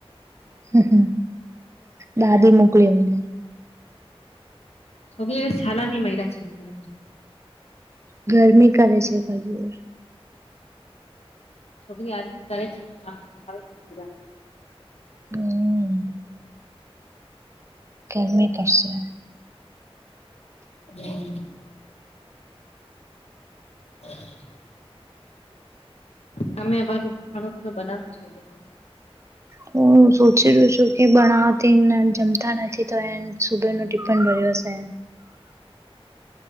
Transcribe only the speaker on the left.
છે
છો છાલાની માયરા છે મોલા માંઈ
છોકરી હરી ને કરરેે છે હ
હમ <inaudible> તમે અ બારું ખાડો પીલો બનાવો છો લીધું